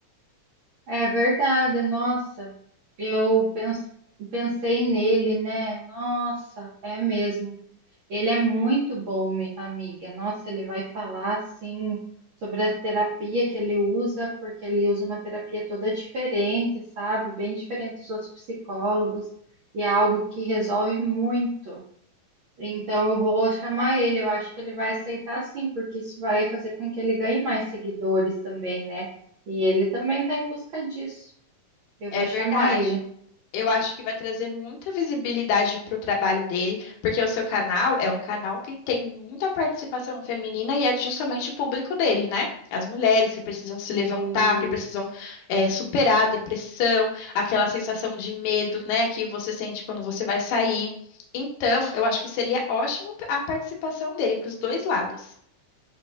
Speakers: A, on the right (about 70°); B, on the left (about 75°).
A: É verdade, nossa, eu pens- pensei nele, né? Nossa, é mesmo. Ele é muito bom, mi- amiga. Nossa, ele vai falar assim sobre a terapia que ele usa, porque ele usa uma terapia toda diferente, sabe? Bem diferente dos outros psicólogos, e é algo que resolve muito. Então, eu vou chamar ele. Eu acho que ele vai aceitar sim, porque isso vai fazer com que ele ganhe mais seguidores também, né? E ele também está em busca disso. Eu
B: É
A: vou
B: verdade.
A: chamar ele.
B: Eu acho que vai trazer muita visibilidade para o trabalho dele, porque o seu canal é um canal que tem muita participação feminina e é justamente o público dele, né? As mulheres que precisam se levantar,
A: Isso.
B: que precisam eh, superar a depressão, aquela sensação de medo, né, que você sente quando você vai sair. Então, eu acho que seria ótimo a participação dele para os dois lados.